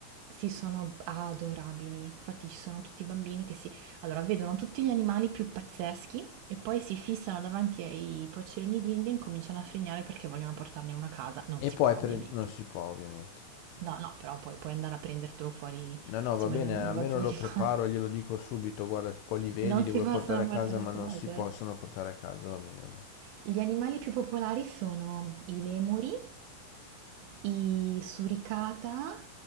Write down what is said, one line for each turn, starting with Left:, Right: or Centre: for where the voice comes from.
Right: Sì, sono adorabili. Infatti ci sono tutti i bambini che si... Allora, vedono tutti gli animali più pazzeschi e poi si fissano davanti ai pocciolini di India e incominciano a frignare perché vogliono portarne uno a casa. Non
Left: E
Right: si
Left: poi
Right: può,
Left: per-
Right: ovviamente.
Left: non si può ovviamente.
Right: No, no, però poi puoi andare a prendertelo fuori,
Left: No, no,
Right: insomma,
Left: va bene,
Right: in un
Left: almeno
Right: negozio
Left: lo
Right: di animali.
Left: preparo, glielo
Right: <laughs>
Left: dico subito, guarda che poi li vedi,
Right: Non
Left: li
Right: si
Left: vuoi
Right: possono
Left: portare a
Right: portare
Left: casa, ma
Right: a casa.
Left: non si possono portare a casa, va bene, va bene.
Right: Gli animali più popolari sono i lemuri, I suricata,